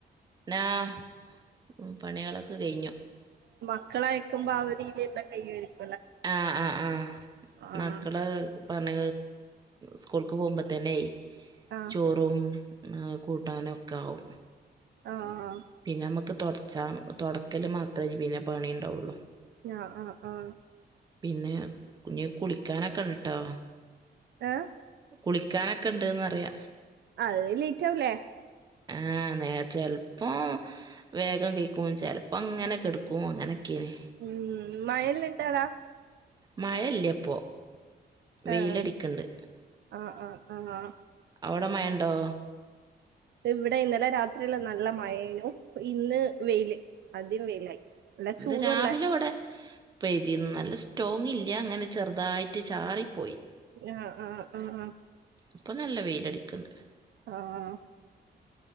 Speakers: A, on the right; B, on the right.
A: ആഹ് ഉ പണികളൊക്കെ കഴിഞ്ഞു
B: ക്കള അക്ക്പോ അവധയിയില എല്ലാം കൈരിക്കും
A: ആഹ് ആഹ് ആഹ്
B: ആഹ്
A: മക്കള പറഞ്ഞ സ്കൂൾക്ക്പൊമ്പ തന്നെ
B: ആഹ്
A: ചോറും കൂട്ടാനൊക്കെ ആകും
B: ആഹ് ആഹ്
A: പിന്നെ നമ്മക്ക് ച തൊടക്കൽ മാത്രേയ് പിന്നെ പണി ഇണ്ടാവൊള്ളു
B: ഞാ ആഹ് ആഹ്
A: പിന്നെ ഇഞ്ഞി കുളിക്കാനൊക്കെ ഇണ്ട്ട്ടോ
B: ഏഹ്
A: കുളിക്കാനൊക്കെ ഇണ്ട്ന്നറിയ
B: അത് ലേറ്റാവില്ലേ
A: ആഹ് നേ ചെലപ്പോം വേഗം കെഴ്ക്കും ചെലപ്പങ്ങനെ കെടക്കും അങ്ങനൊക്കേണ്
B: ഉം മയൽ നിട്ടാടാ
A: മഴ ഇല്ലെപ്പോ വെയിലടിക്ക്ണ്ട്
B: ആഹ് ആഹ് ആഹ് ആഹ്
A: അവിടെ മയണ്ടോ
B: ഇവിടെ ഇന്നലെ രാത്രിയില് നല്ല മഴേനു ഇന്ന് വെയില് ആദ്യം വെയിലായി നല്ല ചൂടുവല്ലേ
A: ത് രാവിലെ ഇവടെ പെയ്തീന്നു നല്ല സ്റ്റോങ് ഇല്ല ഇങ്ങനെ ചെറുതായിട്ട് ചാറിപ്പോയി
B: ആഹ് ആഹ് ആഹ് ആഹ്
A: ഇപ്പോ നല്ല വെയിലടിക്കുണ്ട്
B: ആഹ്